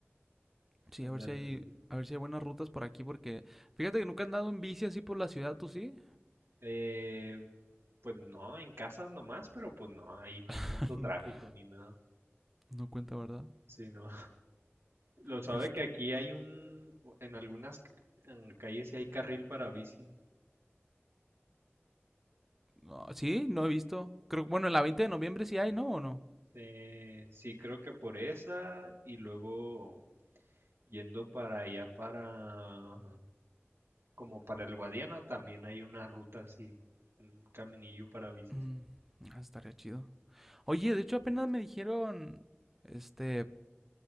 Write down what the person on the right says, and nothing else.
andar
en
bici.
Eh, pues no, en casa nomás, pero pues no, ahí no hay
tanto tráfico ni nada.
Sí, no. Lo sabe
que aquí hay un, en algunas en calles sí hay carril para bici.
Eh, sí, creo que por esa y luego yendo para allá para, como para el Guadiana también hay una ruta así, un caminillo para bicis.